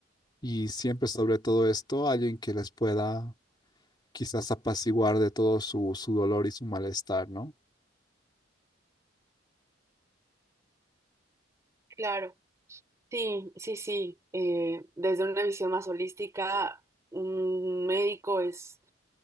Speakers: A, on the left (about 25°); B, on the right (about 15°).
A: Y siempre sobre todo esto, alguien que les pueda quizás apaciguar de todo su, su dolor y su malestar, ¿no?
B: Claro, Sí, sí, sí. eh, desde una visión más holística, un médico es,